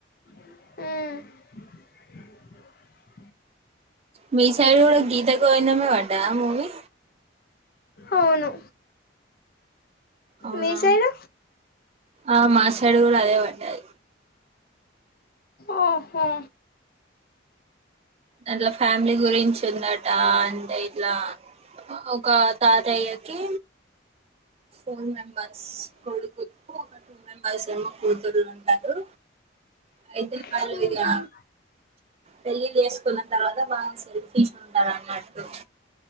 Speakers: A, on the left; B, on the right.
A: మ్మ్
B: మీ సైడ్ కూడా గీతగోవిందమే పడ్డదా మూవీ
A: అవును
B: అవునా
A: మీ సైడ్
B: ఆ మా సైడుగుడా అదే పడ్డది
A: ఆహా
B: అందుల ఫ్యామిలీ గురించి ఉందట అంటే ఇట్లా ఒక తాతయ్యకి ఫోర్ మెంబర్స్ కొడుకులు ఒక ఫోర్ మెంబర్స్ ఒక కూతురు ఉంటారు అయితే
A: హ్మ్
B: ఆలిగా పెళ్లి చేసు తర్వాత బాగా సెల్ఫిష్ ఉంటదనట్టూ